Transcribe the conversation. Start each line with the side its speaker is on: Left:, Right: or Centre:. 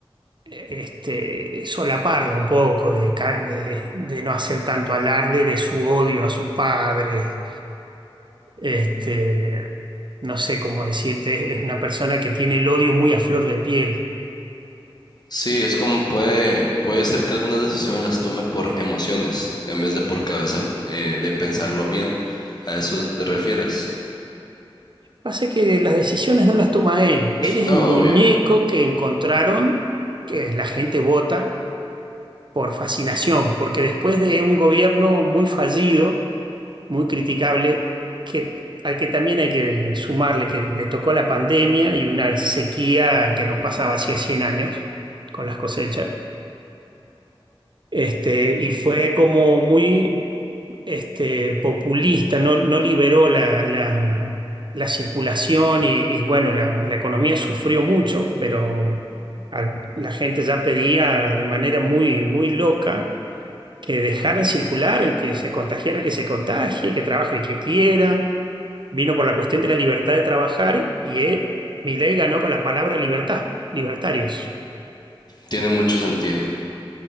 Right: eh, este, solaparla un poco, de, ca- de, de no hacer tanto alarde de su odio a sus padres. Este, no sé cómo decirte, es una persona que tiene el odio muy a flor de piel.
Left: Sí, es como puede, puede ser que algunas decisiones las tome por emociones, en vez de por cabeza eh, de pensarlo bien. ¿A eso te refieres?
Right: Pasa que las decisiones no las toma él. Él es
Left: No,
Right: el muñeco
Left: obvio.
Right: que encontraron, que la gente vota por fascinación, porque después de un gobierno muy fallido, muy criticable, que, al que también hay que sumarle que le tocó la pandemia y una sequía que no pasaba hacía 100 años con las cosechas, este, y fue como muy este, populista, no, no liberó la, la- la circulación y, y, bueno, la, la economía sufrió mucho, pero al- la gente ya pedía de manera muy, muy loca que dejaran circular, el que se contagiara, el que se contagie, que trabaje el que quiera. Vino por la cuestión de la libertad de trabajar y él, Milei ganó con la palabra libertad, libertarios.
Left: Tiene mucho sentido.